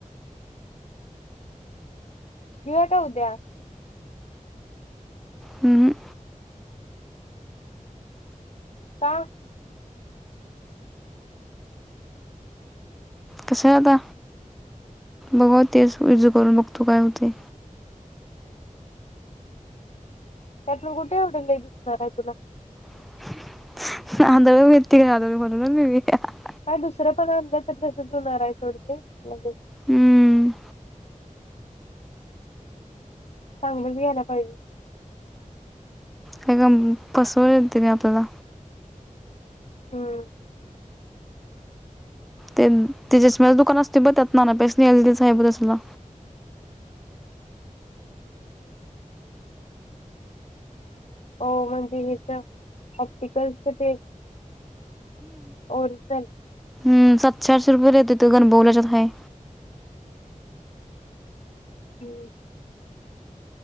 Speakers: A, on the left (about 50°); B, in the centre.
A: राहुदया
B: हम हम
A: का
B: कस आता बघूया तेच <inaudible> करून बघतो काय होतय
A: कुठ लई एवढं दिसणार आहे तुला
B: <inaudible>
A: काय दुसरं पण अंदा तर तसच होणार आहे ोडते लगेच
B: हम्म
A: चांगल बी यायला पाहिजे
B: का का पसवून य त नाही आपल्याला
A: हम्म
B: ते चष्म्याच दुकान असतय बघ त्यातनं आणायला पाहिजे स्नेहल दीदीचा हाय बघ तसलं
A: ओ म्हणजे इथं ऑप्टिकलच ते ओरिजनल
B: हम् सातशठशे रुपये देत तू गण बवल्याच्या हय
A: हम्